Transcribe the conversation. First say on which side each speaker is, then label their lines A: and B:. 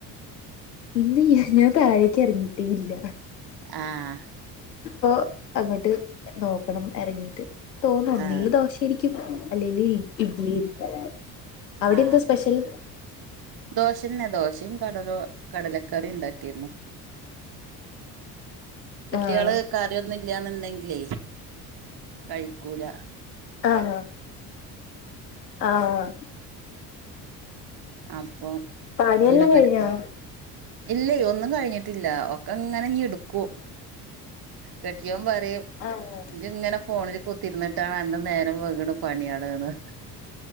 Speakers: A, on the left; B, on the right.
A: ഇന്ന് ഞ ഞാൻ താഴേക്ക് എറങ്ങീട്ടേ ഇല്ല
B: ആഹ്
A: ഇപ്പൊ അങ്ങട്ട് നോക്കണം എറങ്ങീട്ട് തോന്നും ഒന്നെല്
B: ആ
A: ദോശ ആയിരിക്കും അല്ലെല് ഇഡ്ലിയരിക്കും അവിടെ
B: ആ
A: എന്ത സ്പെഷ്യൽ
B: ദോശന്നെ ദോശയും കടലോ കടലക്കറിം ഇണ്ടാക്കിരുന്നു കുട്യേള്
A: ആഹ്
B: കറ്യോന്നു ഇല്ല്യന്ന്ണ്ടെങ്കിലേ കഴിക്കൂല
A: ആഹ് ഹ ആഹ് ആഹ്
B: അപ്പൊ
A: പണിയെല്ലാം
B: പിന്നെ ഇബര്
A: കഴിഞ്ഞോ
B: ഇല്ലേ ഒന്നും കഴിഞ്ഞിട്ടില്ല ക്കെങ്ങനെ ഞ്ഞിട്ക്കും കെട്യോൻ പറിം
A: ആഹ്
B: ജ്ങ്ങനെ ഫോണില് ക കുത്തിര്ന്നിട്ടാണ് അന്നെ നേരം വെക്ണ് പണ്യാള് ന്ന്